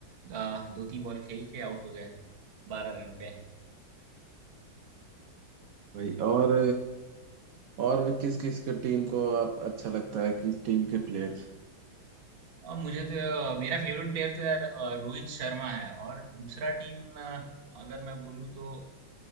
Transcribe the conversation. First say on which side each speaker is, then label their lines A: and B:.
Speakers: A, on the right; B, on the right.
A: अ, दो तीन बॉल खेल के आउट हो गए बारह रन पे
B: भाई और और भी किस किस के टीम को आप अच्छा लगता है किस टीम के प्लेयर्स
A: और मुझे तो अ, मेरा फेवरेट प्लेयर तो यार अ, रोहित शर्मा है और दूसरा टीम आ, अगर मैं बोलूँ तो